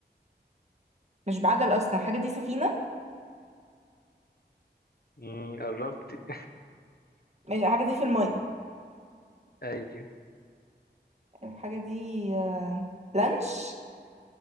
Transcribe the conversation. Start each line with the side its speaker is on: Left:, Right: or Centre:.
Right: مش بعجل اصلا الحاجه دي سفينه
Left: مم، قربتي
Right: ماشي الحاجة دي في المية
Left: <laughs> ايوه
Right: الحاجة دي آه، لانش